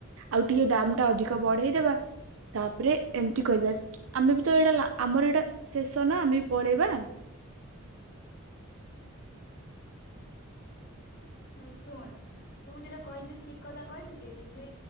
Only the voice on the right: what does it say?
ଆଉ ଟିକେ ଦାମ ଟା ଅଧିକ ବଢେଇଦବା ତାପରେ ଏମତି କରିବା ଆମେ ବି ତ ଏଇଟା ଆମର ଏଇଟା ଶେଷ ନା ଆମେ ପଳେଇବା